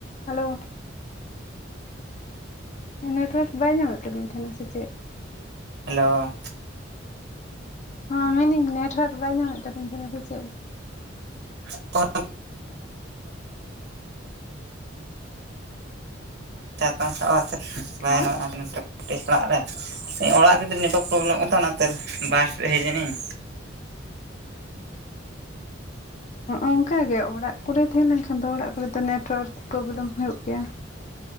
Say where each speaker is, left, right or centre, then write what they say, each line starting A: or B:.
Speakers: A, on the left; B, on the right.
A: Hello network ᱵᱟᱭ ᱧᱟᱢᱮᱫ ᱛᱟᱹᱵᱤᱱ ᱛᱟᱦᱮᱸᱱᱟ ᱥᱮ ᱪᱮᱫ?
B: ᱦᱮᱞᱳ
A: ᱦᱮᱸ ᱢᱮᱱ ᱫᱤᱧ ᱱᱮᱴᱣᱟᱨᱠ ᱵᱟᱭ ᱧᱟᱢᱮᱫ ᱛᱟᱦᱮᱜ ᱥᱮ ᱪᱮᱫ?
B: <unintelligible> ᱪᱟᱛᱷᱟᱢ ᱥᱟᱵ ᱠᱟᱛᱮ ᱵᱟᱭ
A: ᱦᱮᱸ
B: ᱧᱚᱜ-ᱟ ᱠᱟᱹᱴᱤᱡ ᱚᱲᱟᱜ ᱨᱮ᱾ ᱚᱲᱟᱜ ᱨᱮᱛ ᱱᱮᱴᱣᱟᱨᱠ ᱯᱨᱚᱵᱽᱞᱮᱢ ᱚᱱᱟᱛᱮᱨ ᱵᱟᱦᱟᱨ ᱥᱮᱫ ᱦᱮᱡ ᱤᱱᱟᱹᱧ᱾
A: ᱚᱱᱠᱟ ᱜᱮ ᱚᱲᱟᱜ ᱠᱚᱨᱮ ᱛᱟᱦᱮᱸ ᱞᱮᱱ ᱠᱷᱟᱱ ᱫᱚ ᱚᱲᱟᱜ ᱠᱚᱨᱮᱫᱚ ᱱᱮᱴᱣᱟᱨᱠ ᱯᱨᱚᱵᱽᱞᱮᱢ ᱦᱩᱭᱩᱜ ᱜᱮᱭᱟ᱾